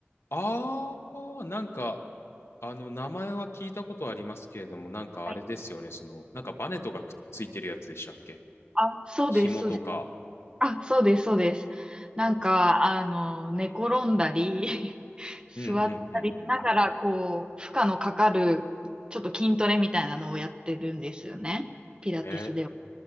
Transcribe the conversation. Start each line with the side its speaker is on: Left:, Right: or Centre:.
Left: あー、なんか、あの、名前は聞いたことありますけれども、なんかあれですよね、
Right: はい
Left: その、なんかバネとかくっついてるやつでしたっけ
Right: あ、そうです、
Left: 紐とか。
Right: そうです。あ、そうです、そうです。なんか、
Left: うん。
Right: あの、寝転んだり、<laughs>
Left: うんうんうんうん。
Right: 座ったりしながら、こう、負荷のかかる、ちょっと筋トレみたいなのをやってるんですよね。ピラティスでは。
Left: へ